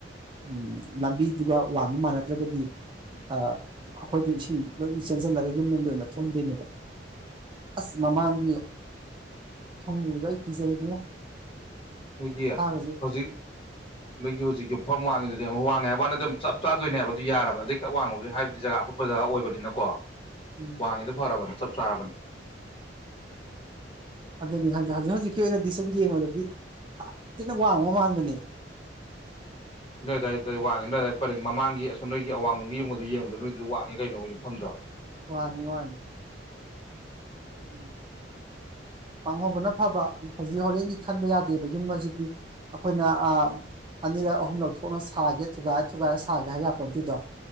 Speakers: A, on the right; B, on the left.
A: ꯎꯝ ꯂꯝꯕꯤꯗꯨꯒ ꯋꯥꯡꯕ ꯃꯥꯟꯅꯗ꯭ꯔꯒꯗꯤ ꯑꯥ ꯑꯩꯈꯣꯏꯗ ꯏꯁꯤꯡ ꯂꯣꯏꯅ ꯆꯦꯟꯁꯤꯜꯂꯒ ꯌꯨꯝꯂꯣꯝꯗ ꯑꯣꯏꯅ ꯊꯨꯝꯗꯣꯏꯅꯦꯕ ꯑꯁ ꯃꯃꯥꯡꯒꯤ ꯈꯪꯗꯦꯗ ꯑꯩ ꯀꯤꯖꯩ ꯏꯕꯨꯡꯉꯣ
B: ꯅꯣꯏꯒꯤ
A: ꯁꯥꯒꯁꯦ
B: ꯍꯧꯖꯤꯛ ꯅꯣꯏꯒꯤ ꯍꯧꯖꯤꯛ ꯌꯨꯝ ꯃꯐꯝ ꯋꯥꯡꯉꯤꯗꯨꯗꯤ ꯋꯥꯡꯉꯦ ꯍꯥꯏꯕ ꯋꯥꯅꯦ ꯆꯞ ꯆꯥꯗꯣꯏꯅꯦ ꯍꯥꯏꯕ ꯑꯗꯨ ꯌꯥꯔꯕꯅꯦ ꯑꯗꯒꯤ ꯈꯔ ꯋꯥꯡꯕꯁꯨ ꯍꯥꯏꯕꯗꯤ ꯖꯒꯥ ꯑꯀꯨꯠꯄ ꯖꯒꯥ ꯑꯣꯏꯕꯅꯤꯀꯣ
A: ꯎꯝ
B: ꯋꯥꯡꯉꯤꯗꯣ ꯐꯔꯥꯕꯅꯦ ꯆ ꯆꯔꯥꯕꯅꯦ
A: ꯑꯗꯨꯅꯤ ꯍꯧꯖꯤꯛ ꯍꯧꯖꯤꯛꯀꯤ ꯑꯣꯏꯅꯗꯤ ꯁꯨꯝ ꯌꯦꯡꯕꯗꯗꯤ ꯌꯥꯝ ꯊꯤꯅ ꯋꯥꯡꯕ ꯃꯥꯟꯕꯅꯦ
B: ꯅꯣꯏ ꯑꯗꯥꯏ ꯋꯥꯡꯉꯤ ꯅꯣꯏ ꯑꯗꯥꯏ ꯄꯔꯦꯡ ꯃꯃꯥꯡꯒꯤ ꯑꯁꯣꯝ ꯅꯣꯏꯒꯤ ꯑꯋꯥꯡꯉꯣꯝꯒꯤ ꯌꯨꯝꯒꯇꯣ ꯌꯦꯡꯉꯨ ꯅꯣꯏꯗꯨꯅ ꯋꯥꯡꯉꯤ ꯀꯩꯅꯣ ꯌꯨꯝꯐꯝꯗꯣ
A: ꯋꯥꯡꯉꯤ ꯋꯥꯡꯉꯤ ꯎꯝ ꯋꯥꯡꯍꯧꯕꯅ ꯐꯕ ꯍꯧꯖꯤꯛ ꯍꯣꯔꯦꯟꯗꯒꯤ ꯈꯟꯕ ꯌꯥꯗꯦꯕ ꯌꯨꯝ ꯑꯁꯤꯗꯤ ꯑꯩꯈꯣꯏꯅ ꯑꯥ ꯑꯅꯤꯔꯛ ꯑꯍꯨꯝꯂꯛ ꯊꯣꯛꯅ ꯁꯥꯒꯦ ꯊꯨꯒꯥꯏꯔ ꯊꯨꯒꯥꯏꯔ ꯁꯥꯒꯦ ꯍꯥꯏ ꯌꯥꯄꯣꯠꯇꯦꯗꯣ